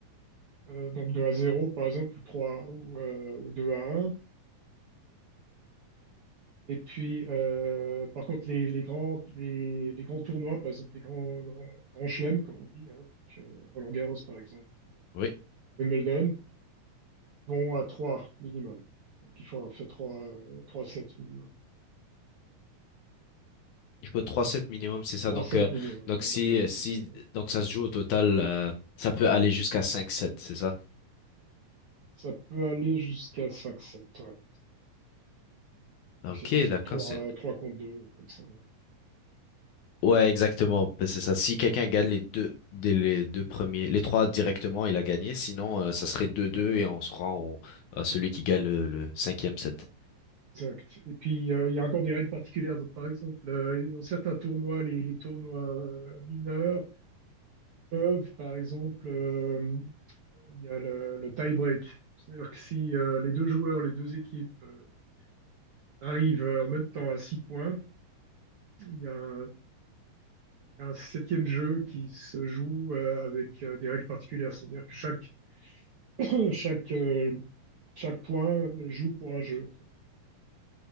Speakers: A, on the right; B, on the left.
A: Euh, donc 2 à zéro par exemple, ou 3 ou, euh, ou 2 à un. Et puis, euh, par contre, les, les grands, les, les grands tournois, par exemple, les grands, grands, grands chelems, comme on dit, hein, donc, euh, Roland-Garros, par exemple,
B: Oui.
A: Wimbledon, vont à 3 minimum. Donc, il faut avoir fait trois, trois sets minimum.
B: Il faut trois sets minimum, c'est ça.
A: trois
B: Donc,
A: sets
B: euh,
A: minimum,
B: donc
A: ouais,
B: si,
A: donc il
B: si,
A: faut que
B: donc ça se joue au total, euh, ça peut aller jusqu'à cinq sets, c'est ça?
A: ça peut aller jusqu'à 5 sets, ouais.
B: Ok,
A: C'est par exemple
B: d'accord,
A: 3
B: c'est.
A: 3 contre 2 ou comme ça.
B: Ouais, exactement, ben, c'est ça. Si quelqu'un gagne les deux, des- les deux premiers, les trois directement, il a gagné. Sinon, euh, ça serait
A: Ouais,
B: deux deux
A: ouais, ouais,
B: et on se rend au- à celui qui gagne le, le cinquième set.
A: exact. Et puis, euh, il y a encore des règles particulières. Donc, par exemple, euh, dans certains tournois, les, les tournois euh, mineurs, peuvent, par exemple, euh, il y a le, le tie-break. C'est-à-dire que si euh, les deux joueurs, les deux équipes euh, arrivent euh, en même temps à six points, il y a un, il y a un septième jeu qui se joue euh, avec euh, des règles particulières. C'est-à-dire que chaque, <clears throat> chaque, euh, chaque point joue pour un jeu. En fait.